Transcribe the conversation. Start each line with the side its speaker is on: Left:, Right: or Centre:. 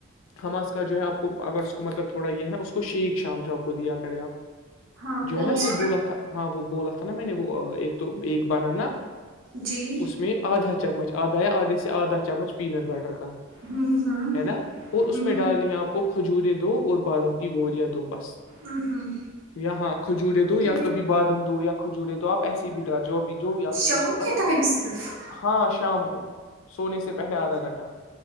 Left: ہما اس کا جو ہے آپ کو اگر ا اس کو مطلب تھوڑا یہ ہے نا اس کو شییک شام سے آپ کو دیا کرے آپ
Right: ہاں
Left: جو
Right: کون
Left: ہے نا وہ
Right: سا
Left: بولا تھا ہاں وہ بولا تھا نا میں نے وہ ایک تو ایک بنانا
Right: جی
Left: اس میں آدھا چمچ آدھا یا آدھ سے آدھا چمچ پینٹ بٹر کا
Right: ہوں ہوں
Left: ہے نا اور اس
Right: ہوں
Left: میں ڈالنی ہے آپ کو کھجورے دو اور بادم کی گوریاں دو بس
Right: ہوں ہوں
Left: یا ہاں کھجورے دو یا
Right: یہ
Left: کبھی بادم دو یا کھجورے تو آپ ایسیے بھی ڈر جو جو بھی آپ کے
Right: شام
Left: پاس ہوگا نا
Right: ٹائم صرف
Left: ہاں شام کو سونے سے پہلے آدھا گھنٹہ